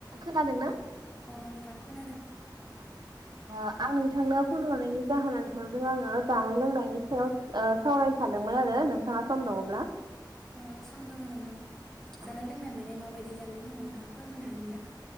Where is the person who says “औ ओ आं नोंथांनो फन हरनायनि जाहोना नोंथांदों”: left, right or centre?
Right